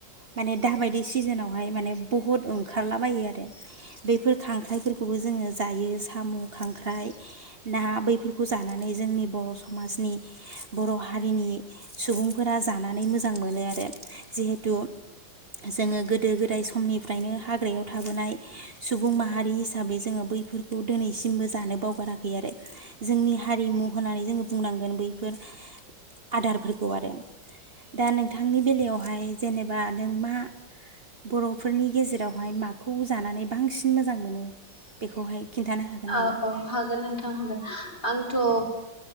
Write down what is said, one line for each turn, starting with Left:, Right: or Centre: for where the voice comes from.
Right: माने दाबायदि सिजोनावहाय माने बहुत ओंखारलाबायो आरो बैफोर खांख्राइफोरखौबो जोङो जायो साम' खांख्राइ ना बैफोरखौ जानानै जोंनि बर' समाजनि बर' हारिनि सुबुंफोरा जानानै मोजां मोनो आरो जिहेथु जोङो गोदो गोदाय समनिफ्रायनो हाग्रायाव थाबोनाय सुबुं माहारि हिसाबै जोङो बैफोर खौ दिनैसिमबो जानो बावगाराखै आरो जोंनि हारिमु होननानै जोङो बुंनांगोन बैफोर आदारफोरखौ आरो दा नोंथांनि बेलायाव बेहाय जेनेबा नोंमा बर'फोरनि गेजेरा रावहाय माखौ जानानै बांसिन मोजां मोनो बेखौहाय खिन्थानो हागोन नामा?
Left: औ औ हागोन नोंथां हागोन आंथ'